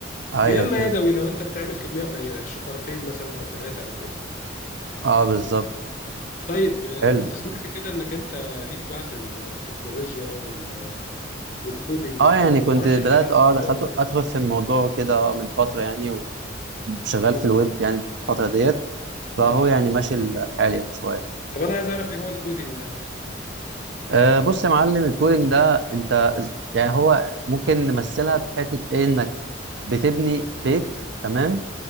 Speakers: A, on the right; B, on the left.
A: ايوه
B: يا اما
A: فهمت
B: يدوي لو انت بتعمل كميه قليله شكارتين مثلا او ثلاثه او كده
A: اه بالظبط
B: طيب آه،
A: حلو
B: كنت سمعت كده انك انت ليك بقى في التكنولوجيا وال... والكودينج
A: اه
B: والكلام
A: يعني
B: ده
A: كنت
B: انا ما اعرفش
A: بدأت
B: اي حاجه عن
A: اه
B: الموضوع
A: دخلت
B: ده خالص
A: ادخل في الموضوع كده من فترة يعني وشغال
B: مم.
A: في الويب يعني الفترة ديت فهو
B: مم.
A: يعني ماشي الحال يعني شوية
B: طب انا عايز اعرف ايه هو الكودينج ده
A: آه بص يا معلم الكودينج ده انت إز- يعني هو ممكن نمثلها في حتة ايه انك بتبني بيت تمام